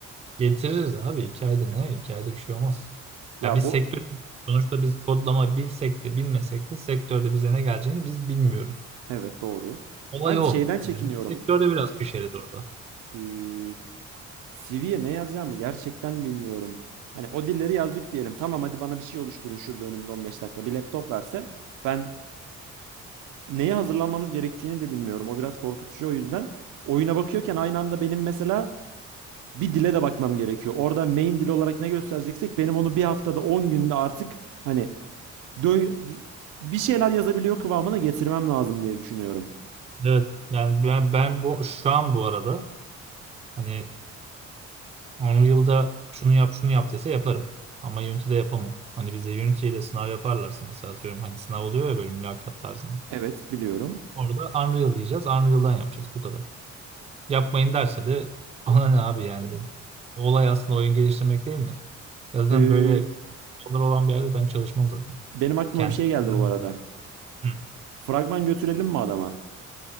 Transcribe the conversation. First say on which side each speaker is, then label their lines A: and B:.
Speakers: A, on the right; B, on the right.
A: Getiririz abi. iki ayda ne? İki ayda bir şey olmaz.
B: Ya
A: Ya biz
B: bu
A: sektör sonuçta biz kodlama bilsek de bilmesek de sektörde bize ne geleceğini biz bilmiyoruz.
B: evet doğru.
A: Olay
B: Ben
A: o.
B: şeyden çekiniyorum.
A: Yani biz sektörde biraz köşeliz orada.
B: Eee CV'ye ne yazacağımı gerçekten bilmiyorum. Hani o dilleri yazdık diyelim. Tamam hadi bana bir şey oluşturun şurada önümde 15 dakika. Bir laptop verse ben neye hazırlanmamız gerektiğini de bilmiyorum. O biraz korkutucu o yüzden. Oyuna bakıyorken aynı anda benim mesela bir dile de bakmam gerekiyor. Orada main dil olarak ne göstereceksek benim onu bir haftada 10 günde artık hani dö- bi- bir şeyler yazabiliyor kıvamına getirmem lazım diye düşünüyorum.
A: Evet. Yani ben, ben bu şu an bu arada hani Unreal'da şunu yap şunu yap dese yaparım. Ama Unity'de yapamam. Hani bize Unity ile sınav yaparlarsa mesela atıyorum hani sınav oluyor ya böyle mülakat tarzında.
B: Evet biliyorum.
A: Orada Unreal diyeceğiz. Unreal'dan yapacağız. Bu kadar. Yapmayın derse de bana ne abi yani. Olay aslında oyun geliştirmek değil mi? Ya zaten
B: Eee,
A: böyle konular olan bir yerde ben çalışmam zaten.
B: benim aklıma
A: Kendim
B: bir şey geldi
A: devam
B: bu arada.
A: ederim. Hı.
B: Fragman götürelim mi adama?